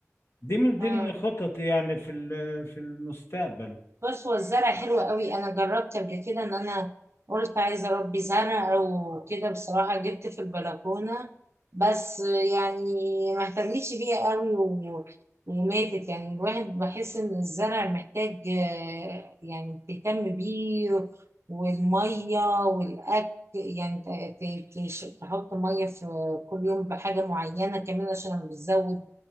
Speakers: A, on the left (about 50°); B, on the right (about 55°).
A: دي من ضمن
B: آه.
A: خططي يعني في ال- في المستقبل
B: بص هو الزرع حلو قوي انا جربت قبل كده ان انا قلت عايزه اربي زرع او كده بصراحه جبت في البلكونه بس يعني ما اهتمتش بيها قوي و- وماتت يعني الواحد بحس ان الزرع محتاج آه، يعني تهتم بيه والميه والاكل يعني ت- ت- تش- تحط ميه في كل يوم بحاجه معينه كمان عشان لما بتزود